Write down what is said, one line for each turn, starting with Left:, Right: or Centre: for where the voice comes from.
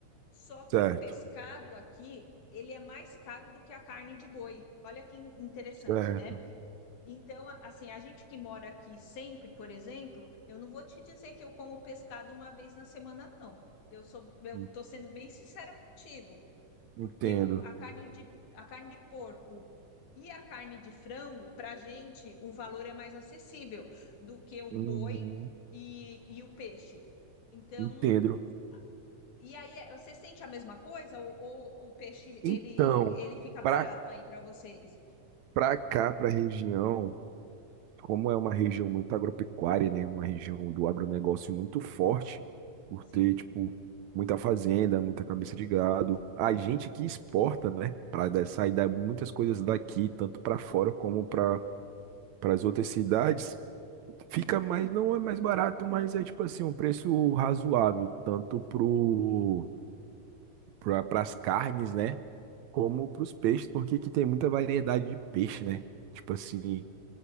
Left: só
Right: Certo,
Left: que o pescado aqui, ele é mais caro do que a carne de boi. Olha que in- interessante,
Right: certo.
Left: né? Então, a- assim, a gente que mora aqui sempre, por exemplo, eu não vou te dizer que eu como pescado uma vez na semana, não. Eu sou, eu
Right: En-
Left: tô sendo bem sincera contigo, porque
Right: Entendo.
Left: o, a carne de, a carne de porco e a carne de frango, para gente, o valor é mais acessível do que o
Right: Uhum,
Left: boi e, e o peixe. Então,
Right: entendo.
Left: e aí, é- você sente a mesma coisa ou, ou o peixe
Right: Então,
Left: ele, ele fica
Right: para
Left: barato aí para vocês?
Right: para cá, para a região. Como é uma região muito agropecuária, né? Uma região do agronegócio muito forte, por
Left: Sim.
Right: ter, tipo, muita fazenda, muita cabeça de gado. A gente que exporta, né? Para sair da- muitas coisas daqui, tanto para fora como para para as outras cidades, fica mais, não é mais barato, mas é tipo assim, um preço razoável, tanto pro para as carnes, né? Como para os peixes, porque aqui tem muita variedade de peixe, né? Tipo assim.